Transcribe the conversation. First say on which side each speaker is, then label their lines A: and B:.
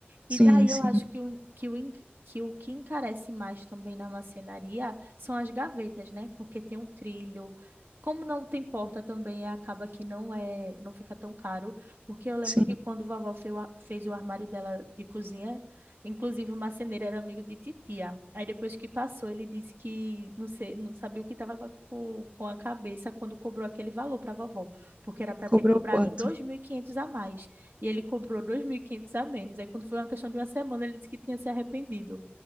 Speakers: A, on the right; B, on the right.
A: E
B: Sim,
A: daí
B: sim,
A: eu acho que o, que o, en- que o que encarece mais também na marcenaria são as gavetas, né? Porque tem um trilho. Como não tem porta também, eh, acaba que não é, não fica tão caro, porque eu lembro
B: sim.
A: que quando vovó fez o, a- fez o armário dela de cozinha, inclusive o marceneiro era amigo de titia. Aí depois que passou, ele disse que não sei, não sabia o que estava com, a- com com a cabeça quando cobrou aquele valor para vovó, porque era para
B: Cobrou
A: ter cobrado
B: quanto?
A: 2.500 a mais. E ele cobrou 2.500 a menos. Aí, quando foi uma questão de uma semana, ele disse que tinha se arrependido.